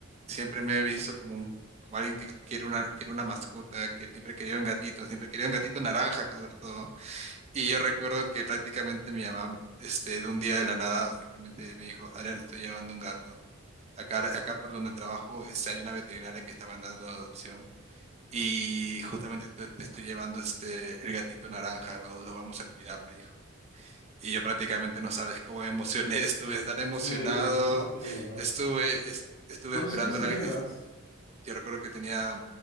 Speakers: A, on the right (about 30°); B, on the left (about 70°).
A: siempre me he visto como un, como alguien que quiere una, quiere una mascota, que siempre quería un gatito, siempre quería un gatito naranja sobre todo. Y yo recuerdo que prácticamente mi mamá, este, de un día de la nada, simplemente me dijo, Adrián, estoy llevando un gato. Acá, acá por donde trabajo, este, hay una veterinaria que está mandando a adopción. Y justamente te, te estoy llevando este, el gatito naranja, lo, lo vamos a cuidar, me dijo. Y yo prácticamente no sabes cómo me emocioné, <laughs> estuve tan emocionado,
B: Sí, me imagino.
A: estuve, es- estuve
B: ¿Cuántos
A: esperando
B: años tenías?
A: la... es- yo recuerdo que tenía,